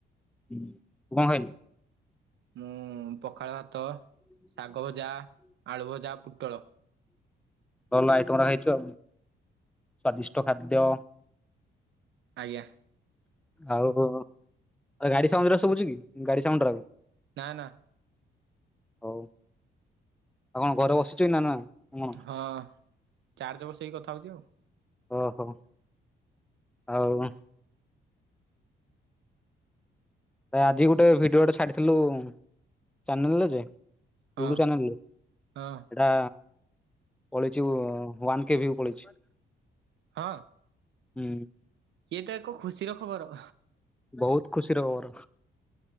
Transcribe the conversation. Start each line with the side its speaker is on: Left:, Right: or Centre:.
Centre: ତୁ କଁ ଖାଇଲୁ?
Right: ମୁଁ ପଖାଳ ଭାତ ଶାଗ ଭଜା ଆଳୁ ଭଜା ପୁଟଳ।
Centre: ଭଲ ଆଇଟମ୍ ରା ହେଇଚ। ସ୍ଵାଦିଷ୍ଟ ଖାଦ୍ୟ।
Right: ଆଜ୍ଞା।
Centre: ଆଉ ଆରେ ଗାଡ଼ି ସାଉଁଜ୍ ରା ଶୁବୁଚି କି ଗାଡ଼ି ସାଉଣ୍ଡ୍ ରାକ।
Right: ନାଁ ନାଁ।
Centre: ହଉ ଆଉ କଣ ଘରେ ବସିଚୁଇ ନାଁ ନାଁ?
Right: ଅ ଚାର୍ଜ ବସେଇକି କଥା ହଉଚି ଆଉ।
Centre: ଅହ। ଆଉ ଭାଇ ଆଜି ଗୋଟେ ଭିଡି଼ଓଟେ ଛାଡ଼ିଥିଲୁ ଚ୍ୟାନେଲ୍ ରେ ଯେ।
Right: ହଁ
Centre: ୟୁଟୁ ଚ୍ୟାନେଲ୍ ରେ।
Right: ହଁ
Centre: ତା ପଳେଇଚି ୱାନ୍ କେ ଭିଉ ପଳେଇଚି।
Right: ହଁ
Centre: ହୁଁ
Right: ଇଏ ତ ଏକ ଖୁସିର ଖବର।
Centre: ବହୁତ ଖୁସିର ଖବର।